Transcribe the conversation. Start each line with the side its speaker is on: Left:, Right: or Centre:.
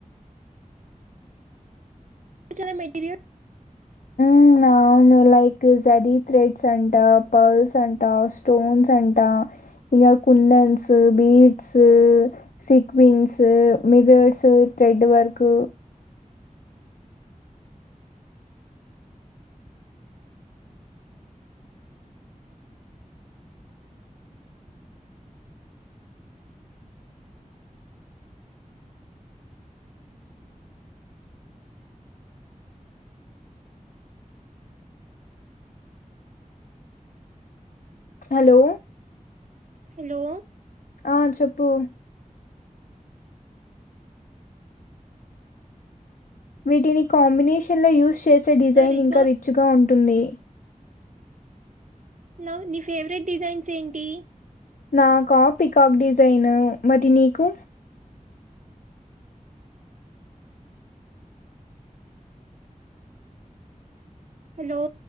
Right: చాలా మెటీరియల్
Left: ఉమ్ అవును లైక్ జరి థ్రెడ్స్ అంటా పెరల్స్ అంటా స్టోన్స్ అంటా ఇంగ కుందన్స్ beads sequins mirrors thread work hello
Right: hello
Left: ఆ చెప్పు వీటిని కాంబినేషన్లో యూస్ చేసే డిజైన్
Right: రిచ్
Left: ఇంకా
Right: గా
Left: రిచ్గా ఉంటుంది
Right: నవ్ నీ ఫేవరెట్ డిజైన్స్ ఏంటి
Left: నాకా పికాక్ డిజైను మరి నీకు
Right: hello